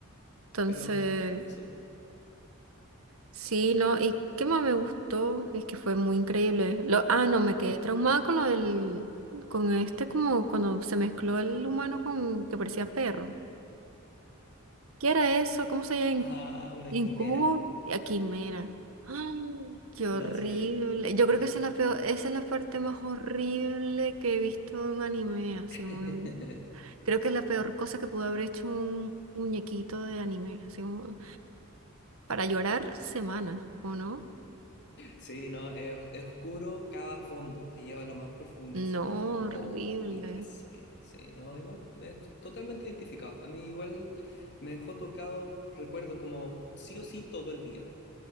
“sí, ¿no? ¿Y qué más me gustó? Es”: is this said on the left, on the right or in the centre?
Right